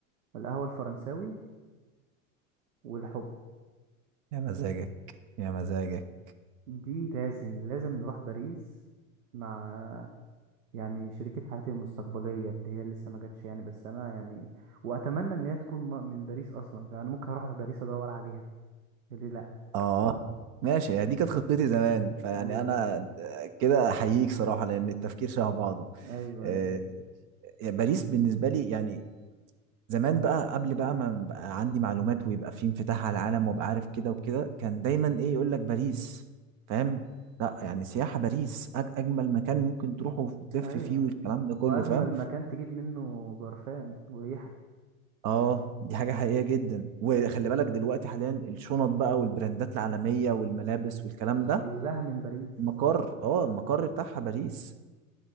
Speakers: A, on the right (about 80°); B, on the right (about 50°).
A: القهوة الفرنساوي والحب
B: يا مزاجك يا مزاجك
A: دي لازم لازم نروح باريس مع يعني شريكة حياتي المستقبلية اللي هي لسه ما جاتش يعني بس انا يعني واتمنى ان هي تكون م- من باريس اصلا فانا ممكن اروح باريس ادور عليها ليه لا
B: اه ماشي هي دي كانت خطتي زمان فيعني
A: ايوه
B: انا كده احييك صراحة لان التفكير شبه بعضه
A: ايوه
B: آه،
A: ايوه
B: يعني باريس بالنسبة لي يعني زمان بقى قبل بقى ما بقى عندي معلومات ويبقى في انفتاح على العالم وابقى عارف كده وكده كان دايما ايه يقول لك باريس فاهم لا يعني سياحة باريس أج أجمل مكان ممكن تروحه وتلف
A: ايوه
B: فيه والكلام ده كله
A: واجمل
B: فاهم
A: مكان تجيب منه برفان وريحه
B: اه دي حاجة حقيقية جدا وخلي بالك دلوقتي حاليا الشنط بقى والبراندات العالمية والملابس والكلام ده
A: كلها من باريس
B: مقر اه المقر بتاعها باريس